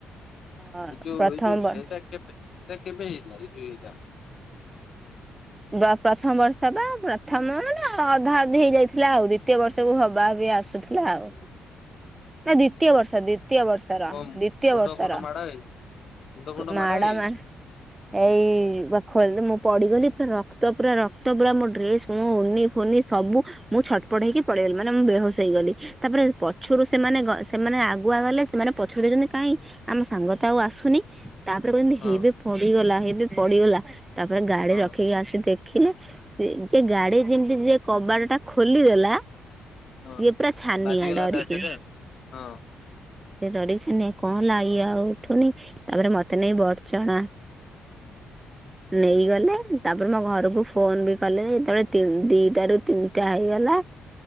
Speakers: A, on the right (about 20°); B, on the left (about 55°).
A: ଅ
B: ଏଇ ଯୋଉ
A: ପ୍ରଥମ
B: ଏଇ ଯୋଉ ଏଟା କେବେ ଏଟା କେବେ ହେଇଥିଲା ଏଇ ଯୋଉ ଏଇଟା?
A: ବ ପ୍ରଥମ ବର୍ଷ ତ ପ୍ରଥମ ମାନେ ଅଧା ଅଧି ହେଇଯାଇଥିଲା ଆଉ। ଦ୍ଵିତୀୟ ବର୍ଷକୁ ହବା ବି ଆସୁଥିଲା। ଆଉ ନା ଦ୍ଵିତୀୟ ବର୍ଷ ଦ୍ଵିତୀୟ ବର୍ଷର
B: କଣ
A: ଦ୍ଵିତୀୟ
B: ମୁଣ୍ଡ
A: ବର୍ଷର।
B: ଫୁଣ୍ଡ ମାଡ ହେଇନି ମୁଣ୍ଡ ଫୁଣ୍ଡ
A: ମ୍ୟାଡମ
B: ମାଡ ହେଇନି
A: ଏଇ ପାଖରେ ତ ମୁଁ ପଡିଗଲି ପୁରା ରକ୍ତ ପୁରା ରକ୍ତ ପୁରା ମୋ ଡ୍ରେସ ମୋ ଓନି ଫୋନି ସବୁ ମୁଁ ଛଟପଟ ହେଇକି ପଳେଇ ଆଇଲି ମାନେ ମୁଁ ବେହୋସ ହେଇଗଲି। ତାପରେ ପଛରୁ ସେମାନେ ସେମାନେ ଆଗୁଆ ଗଲେ ସେମାନେ ପଛକୁ ଦେଖୁଚନ୍ତି କାଇଁ ଆମ ସାଙ୍ଗ ତ ଆଉ ଆସୁନି। ତାପରେ କୋହୁଚନ୍ତି ହେଇବେ
B: ହଁ
A: ପଡିଗଲା ହେଇବେ ପଡିଗଲା। ତାପରେ ଗାଡି
B: ହଁ।
A: ରଖେଇକି ଆସି ଦେଖିଲେ। ସେ ଯେ ଗାଡି ଯେମିତି ଯିଏ କବାଟ ଟା ଖୋଲିଦେଲା। ସିଏ
B: ହଁ
A: ପୁରା ଛାନିଆ
B: ବାଜିଗଲା
A: ଡରିକି।
B: ତା ଦେହରେ ହଁ
A: ସିଏ ଡରିକି ଛାନିଆ କଣ ହେଲା ଇଏ ଆଉ ଉଠୁନି। ତାପରେ ମତେ ନେଇ ବଢଚଣା ନେଇଗଲେ। ତାପରେ ମୋ ଘରକୁ ଫୋନ୍ ବି କଲେ। ଯେତେବେଳେ ତି ଦିଇଟା ରୁ ତିନିଟା ହେଇଗଲା